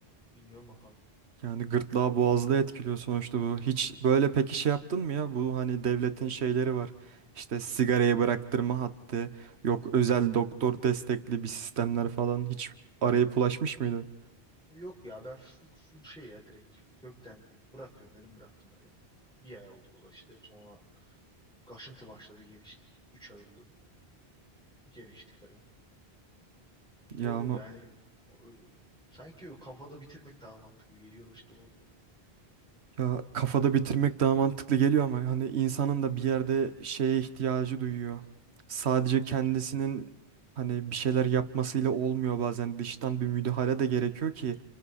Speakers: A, in the centre; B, on the right.
A: bilmiyorum bakalım.
B: Yani gırtlağı boğazda etkiliyor sonuçta bu. Hiç böyle peki şey yaptın mı ya? Bu hani devletin şeyleri var. İşte sigarayı bıraktırma hattı, yok özel doktor destekli bir sistemler falan. Hiç arayıp ulaşmış mıydın?
A: Yok ya ben full, full şey ya direkt kökten bırakıyorum dedim bıraktım böyle. Bir ay oldu bu da işte sonra kaşıntı başladı geliştik. Üç ay oldu geliştik falan. Zor
B: Ya ama
A: o yani o- sanki o kafada bitirmek daha mantıklı geliyor işte o.
B: Ya kafada bitirmek daha mantıklı geliyor ama hani insanın da bir yerde şeye ihtiyacı duyuyor. Sadece kendisinin hani bir şeyler yapmasıyla olmuyor bazen dıştan bir müdahale de gerekiyor ki